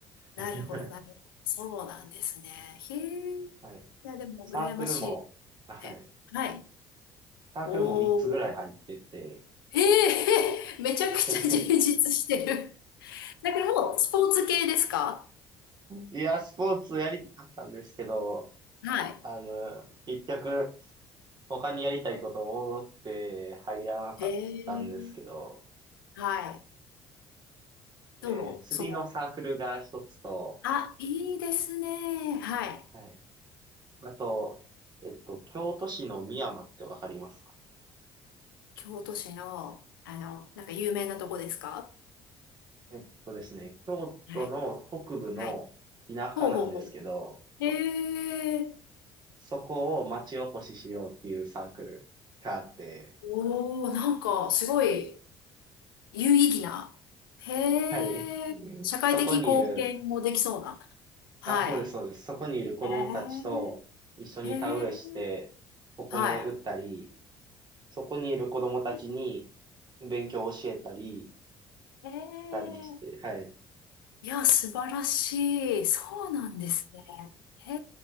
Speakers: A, on the left; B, on the right.
A: なるほど、
B: <laughs>
A: なるほど。そうなんですね。へえ。い
B: はい
A: や、でも、
B: サークルも、
A: 羨ましいっ
B: はい。
A: て。はい。
B: サークルも3つぐらい入ってて。
A: おお。へえ、<laughs> めちゃくちゃ充実してる。
B: <laughs>
A: だからもう、スポーツ系ですか
B: いや、スポーツやりたかったんですけど、
A: はい。
B: あの、結局、他にやりたいことを多くて入らなかったんですけど、
A: へえ。はい。
B: えー釣りのサークルが一つと、
A: どうも、その、あ、いいですね。はい。
B: はい。あと、えっと、京都市の美山ってわかりますか
A: 京都市の、あの、なんか有名なとこですか
B: えっとですね、京都の北部の田舎なんですけど、
A: はい。はい。ほうほうほう。へえ。
B: そこを町おこししようっていうサークルがあって、
A: おお、なんか、すごい、有意義な。へえ、
B: はい。
A: 社会的貢献もできそうな。
B: そこにいる、
A: はい。
B: あ、そうです、そうです。そこにいる子供たちと一緒に田植えして、
A: へえ、へえ、
B: お米売ったり、
A: は
B: そこにいる子供たちに
A: い。
B: 勉強を教えたり、
A: へえ、
B: たりして、はい。
A: いや、素晴らしい。そうなんですね。へ